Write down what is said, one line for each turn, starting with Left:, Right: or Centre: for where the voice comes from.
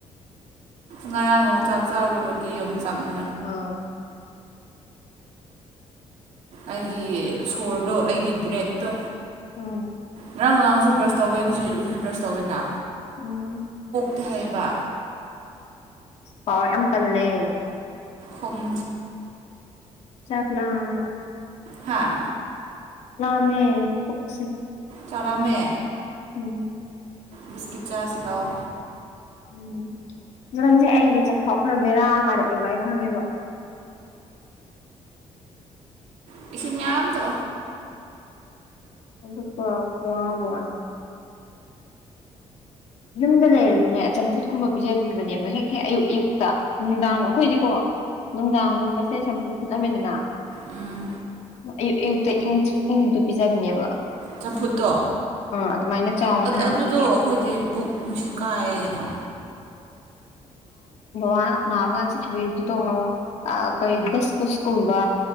Right: ꯉꯔꯥꯡ ꯌꯣꯡꯆꯥꯛ ꯆꯔꯨꯕꯒꯤ ꯌꯣꯡꯆꯥꯛ ꯅꯨ
Left: ꯑꯥ
Right: ꯑꯩꯒꯤ ꯁꯣꯔꯗꯣ ꯑꯩꯒꯤ ꯕ꯭ꯔꯦꯠꯇꯣ
Left: ꯎꯝ
Right: ꯉꯔꯥꯡ ꯅꯔꯥꯡꯁꯨ ꯕ꯭ꯔꯁ ꯇꯧꯋꯦ ꯁꯤ ꯎꯁꯨ ꯕ꯭ꯔꯁ ꯇꯧꯋꯦꯅ
Left: ꯎꯝ
Right: ꯇ ꯍꯥꯏꯩꯕ
Left: ꯍꯥꯎ ꯌꯥꯝ ꯀꯜꯂꯦ
Right: ꯈꯣꯡ
Left: ꯆꯥꯄꯤꯂ ꯑꯃ
Right: ꯍꯥꯥ
Left: ꯄꯁꯤ
Right: ꯆꯠꯔꯝꯃꯦ
Left: ꯎꯝ
Right: ꯕꯤꯁꯀꯤꯠ ꯆꯥꯁ ꯂꯑꯣ
Left: ꯎꯝ ꯖꯒꯟꯁꯦ ꯑꯩꯒꯤ ꯆꯈꯥꯎ ꯈꯔ ꯕꯦꯔꯥ ꯀꯥꯔꯛꯑꯦꯕ ꯑꯩ ꯈꯪꯉꯦꯕ
Right: ꯄꯁꯤ ꯌꯥ ꯇꯣ
Left: ꯑ ꯄ ꯐ ꯐꯟ ꯌꯨꯝꯗ ꯂꯩꯔꯗꯤꯅꯦ ꯆꯝꯐꯨꯠꯀꯨꯝꯕ ꯄꯤꯖꯕꯤꯕꯅꯦꯕ ꯍꯦꯛ ꯍꯦꯛ ꯑꯌꯨꯛ ꯑꯌꯨꯛꯇ ꯅꯨꯡꯗꯥꯡ ꯑꯩꯈꯣꯏꯗꯤꯀꯣ ꯅꯨꯡꯗꯥꯡꯒꯨꯝꯕꯁꯦ ꯆꯝꯐꯨꯠ ꯐꯨꯠꯂꯝꯃꯦꯗꯅ
Right: ꯎꯝ
Left: ꯑꯌꯨꯛ ꯑꯌꯨꯛꯇ ꯏꯪꯗ ꯄꯤꯖꯕꯅꯦꯕ
Right: ꯆꯝꯐꯨꯠꯇꯣ
Left: ꯑꯥ ꯑꯗꯨꯃꯥꯏꯅ ꯆꯥꯎꯅ ꯍꯥꯏꯔꯛꯄꯒꯤ
Right: ꯑꯗꯨꯗꯣ ꯑꯩꯈꯣꯏꯗꯤ ꯄꯨꯛ ꯉꯖꯤ ꯀꯥꯏꯅ
Left: ꯃ ꯅꯔꯒꯥꯁꯤ ꯀꯋꯗ ꯇ ꯀꯣꯏꯗꯁ ꯀꯨꯁ ꯀꯨꯝꯕ